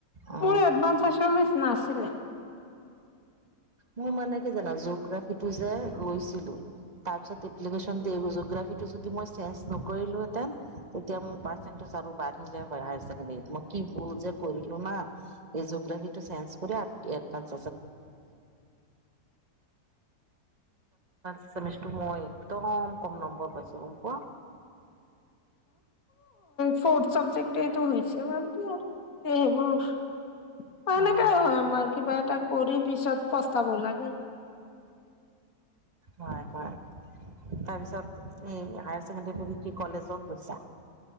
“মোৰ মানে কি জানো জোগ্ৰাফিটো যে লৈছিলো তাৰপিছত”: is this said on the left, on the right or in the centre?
Right